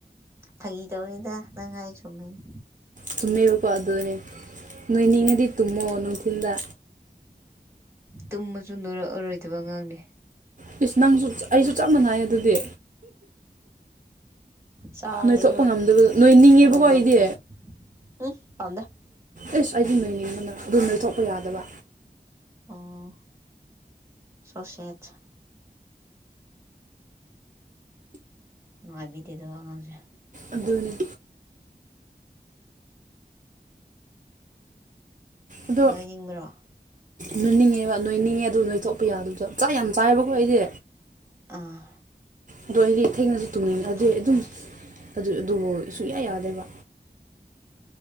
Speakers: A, on the right; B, on the right.
A: ꯐꯥꯒꯤ ꯇꯧꯔꯤꯗ ꯅꯪ ꯍꯥꯏ ꯆꯨꯝꯃꯤꯩꯅ
B: ꯇꯨꯝꯃꯦꯔꯣꯀꯣ ꯑꯗꯨꯅꯦ ꯅꯣꯏ ꯅꯤꯡꯉꯗꯤ ꯇꯨꯝꯃꯣꯑꯣ ꯅꯨꯡꯊꯤꯤꯟꯗ
A: ꯇꯨꯝꯃꯁꯨ ꯅꯣꯏꯔꯛꯑꯔꯣꯏꯗꯕ ꯉꯥꯡꯅꯤ
B: ꯄꯤꯁ ꯅꯪꯁꯨ ꯑꯩꯁꯨ ꯆꯞ ꯃꯥꯟꯅꯩ ꯑꯗꯨꯗꯤ
A: ꯁꯥꯔꯁꯨ
B: ꯅꯣꯏꯊꯣꯛꯄ
A: ꯎ
B: ꯉꯝꯗꯕ ꯅꯣꯏꯅꯤꯡꯉꯦꯕꯀꯣ
A: ꯑꯣꯏꯗꯛꯇ
B: ꯑꯩꯗꯤ
A: ꯎꯝ ꯄꯥꯎꯗ
B: ꯑꯦꯁ ꯑꯩꯗꯤ ꯅꯣꯏꯅꯤꯡꯕꯅ ꯑꯗꯨ ꯅꯣꯏꯊꯣꯛꯄ ꯌꯥꯗꯕ
A: ꯑꯣ ꯁꯣꯁꯦꯠ ꯅꯨꯡꯉꯥꯏꯕꯤꯗꯗ ꯑꯉꯥꯡꯁꯦ
B: ꯑꯗꯨꯅꯦ ꯑꯗꯣ
A: ꯅꯣꯏꯅꯤꯡꯕ꯭ꯔꯣ
B: ꯅꯣꯏꯅꯤꯡꯉꯦꯕ ꯅꯣꯏꯅꯤꯡꯉꯦ ꯑꯗꯨ ꯅꯣꯏꯊꯣꯛꯄ ꯌꯥ ꯑꯗꯨꯗ ꯆꯥꯛ ꯌꯥꯝ ꯆꯥꯏꯌꯦꯕꯀꯣ ꯑꯩꯁꯦ
A: ꯑꯥ
B: ꯑꯗꯣ ꯑꯩꯗꯤ ꯏꯊꯦꯡꯩꯅꯁꯨ ꯇꯨꯡꯅꯤꯡ ꯑꯗꯨꯗꯤ
A: ꯐꯩ
B: ꯑꯗꯨꯝ
A: ꯐꯩ
B: ꯑꯗꯨ ꯑꯗꯨꯕꯨ ꯁꯨꯡꯌꯥ ꯌꯥꯗꯦꯕ